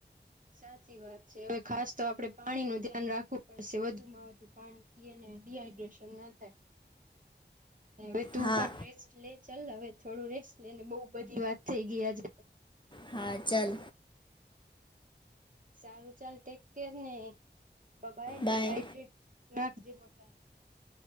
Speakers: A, on the right (about 45°); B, on the left (about 25°).
A: સાચી વાત છે હવે ખાસ તો આપડે પાણી નું ધ્યાન રાખવું પડશે વધુમાં વધુ પાણી પીને ડીહાઈડ્રેશન ના થાય હવે તું
B: હા
A: પણ રેસ્ટ લે ચલ હવે થોડું રેસ્ટ લેને બહુ બધી વાત થઈ ગઈ આજે તો.
B: હા ચાલ.
A: સારું ચાલ ટેક કેર ને. બબા ને
B: બાય
A: હાડ્રેડ નાખજે <inaudible> તા